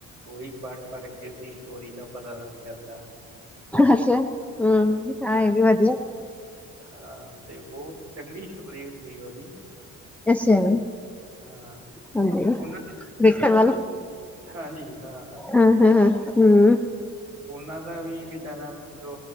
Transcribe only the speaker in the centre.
ਅੱਛਾ ਹੂੰ ਹਾਂ ਇਹ ਵੀ ਵਧੀਆ
ਅੱਛਾ
ਹਾਂਜੀ,
ਵੇਖਣ ਵਾਲਾ
ਹਾਂ-ਹਾਂ-ਹਾਂ, ਹੂੰ,